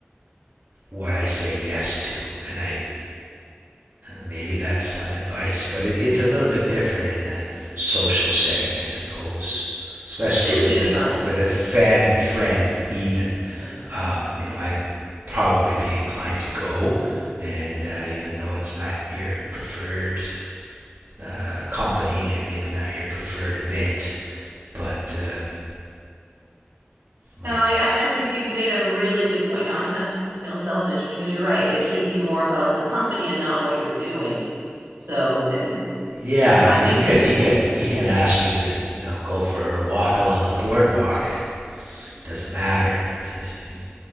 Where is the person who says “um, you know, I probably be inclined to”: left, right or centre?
Right